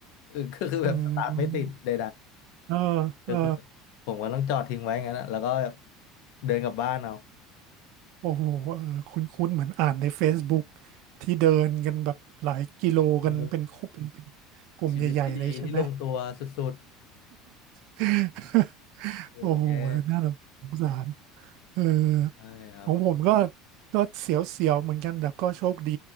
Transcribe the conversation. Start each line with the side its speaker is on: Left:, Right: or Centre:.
Left: เออก็คือแบบสตาร์ทไม่ติดใด
Right: อืมอ่า
Left: ๆก็คือ
Right: อ่า
Left: ผมก็ต้องจอดทิ้งไว้งั้นอะแล้วก็แบบเดินกลับบ้านเอา
Right: โอ้โหเออคุ้นๆเหมือนอ่านใน Facebook ที่เดินกันแบบหลายกิโลกันเป็นคู่เป็นเป็น
Left: เออ
Right: กลุ่มใหญ่ๆเลยใช่ไหม
Left: ชีวิตที่ดีที่ลงตัวสุด
Right: <laughs>
Left: ๆโอ้แย่
Right: โอ้โหน่าสงสารเออ
Left: ใช่ครับ
Right: ของผมก็ก็เสียวๆ เหมือนกันแต่ก็โชคดี